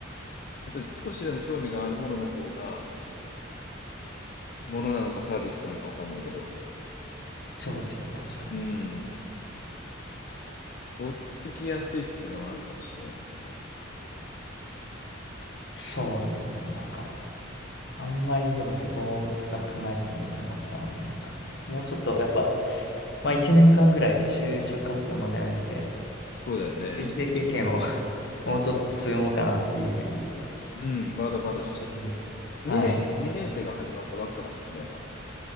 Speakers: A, on the left; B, on the left.
A: やっぱり少しでも興味があるものの方が、ものなのかサービスなのかわかんないけど、
B: そうですね、確かに。
A: うん、とっつきやすいっていうのはあるかもしれない。
B: そうですね、なんか、あんまりでもそこを深く考えたことなかったので、なんか、もうちょっとやっぱ、まあ1年間ぐらい就職活動まであるんで、
A: そうだよね。
B: 人生経験を <laughs> もうちょっと積もうかなっていうふうに、
A: うん、まだまだし、
B: ちょっと思います。
A: 2年、
B: はい。
A: 2年生が始まったばっかだもんね、まだ。